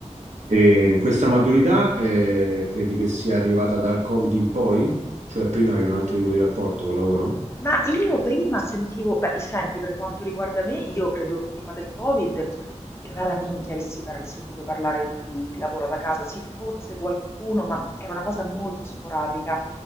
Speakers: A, on the right; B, on the left.
A: E questa maturità eh, credi che sia arrivata dal Covid in poi? Cioè prima avevi un altro tipo di rapporto col lavoro?
B: Ma io prima sentivo beh, senti, per quanto riguarda me, io credo che prima del Covid raramente avessi parl sentito parlare di lavoro da casa. Sì, forse qualcuno, ma era una cosa molto sporadica.